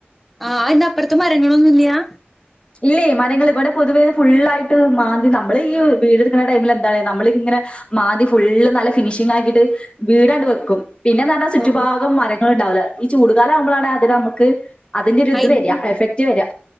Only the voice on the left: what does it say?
ഇല്ലേ മരങ്ങൾ ഇവിടെ പൊതുവെ ഫുള്ളായിട്ട് മാന്തി നമ്മള് ഈ വീടെടുക്കുന്ന ടൈമില് എന്താണ് നമ്മൾ ഇങ്ങനെ മാന്തി ഫുള്ള് നല്ല ഫിനിഷിംഗ് ആക്കിയിട്ട് വീടങ്ങ് വെക്കും പിന്നെന്താ പറഞ്ഞാ ചുറ്റുഭാഗം
മരങ്ങൾ ഉണ്ടാവില്ല ഈ ചൂടുകാലം ആവുമ്പോളാണ് അതികം നമുക്ക് അതിന്റെ ഒരിത്
വരിക എഫക്ട് വരിക